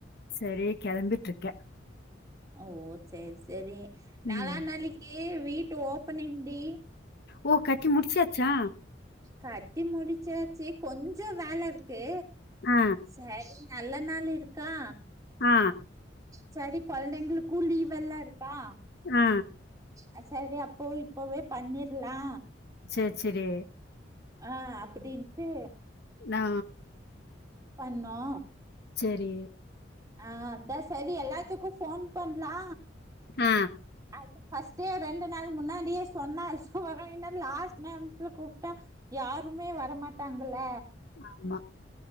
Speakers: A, on the left; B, on the right.
A: செரி கெளம்பிட்ருக்கே
B: ஓ செரி செரி
A: ம்.
B: நாளானாளிக்கி வீட்டு ஓப்பனிங் டி
A: ஓ கட்டி முடிச்சாச்சா
B: கட்டி முடிச்சாச்சி கொஞ்சோ வேல இருக்கு
A: ஆ
B: சேரி நல்ல நாள் இருக்கா
A: ஆ
B: செரி கொழ்ந்தைங்களுக்கு லீவ் எல்லா இருக்கா
A: ஆ
B: அ செரி அப்போ இப்பவே பண்ணீர்லா
A: சேர் செரி
B: ஆ அப்பிடின்ட்டு
A: நா
B: பண்ணோ
A: செரி
B: ஆ அதா செரி எல்லாத்துக்கு ஃபோன் பண்லா
A: ஆ
B: அதா ஃபஸ்ட்டே ரெண்டு நாள் முன்னாடியே சொன்னால் வரு இன்ன லாஸ்ட் நேரத்ல கூப்ட்டா யாருமே வரமாட்டாங்கள்ல
A: ஆம்மா